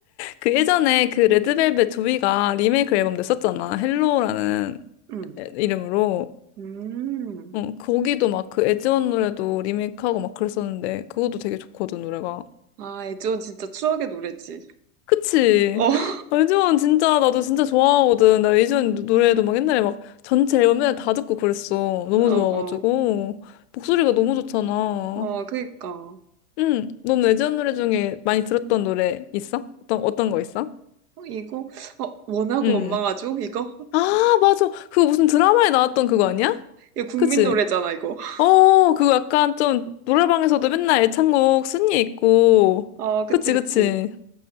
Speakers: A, on the left (about 50°); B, on the right (about 85°).
A: 그 예전에 그 레드벨벳 조이가 리메이크 앨범 냈었잖아. 헬로라는
B: 음.
A: 이름으로.
B: 음.
A: 응, 거기도 막 그 에즈원 노래도 리메이크하고 막 그랬었는데 그것도 되게 좋거든 노래가.
B: 아, 애지원 진짜 추억의 노래지.
A: 그치?
B: 어,
A: <gasps>
B: <laughs>
A: 에즈원 진짜 나도 진짜 좋아하거든. 나 에즈원 노래도 막 옛날에 막 전체 앨범 맨날 다 듣고 그랬어. 너무
B: 어,
A: 좋아가지고
B: 어.
A: 목소리가 너무 좋잖아.
B: 어, 그니까.
A: 응, 넌 에즈원 노래 중에 많이 들었던 노래 있어? 어떤 어떤 거 있어?
B: 어, 이거? 어, 원하고
A: 응.
B: 원망하죠? 이거?
A: 아, 맞아. 그거 무슨 드라마에 나왔던 그거 아니야?
B: 이거 국민
A: 그치?
B: 노래잖아, 이거. <laughs>
A: 어, 그거 약간 좀 노래방에서도 맨날 애창곡 순위 있고.
B: 아, 그치,
A: 그치,
B: 그치.
A: 그치.